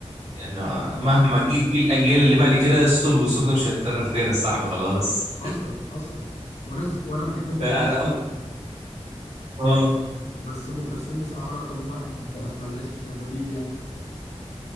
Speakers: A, on the right (about 75°); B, on the left (about 75°).
A: يعني مهما جه جه الاجيال اللي بعد كده صوت ام كلثوم ده مش هيتكرر تاني يا صاحبي خلاص
B: حصل حصل وناس وانا بحب فيروز
A: ده انا
B: قوي
A: اه
B: بس ام كلثوم بصراحه رقم واحد آه، ملهاش بديل يعني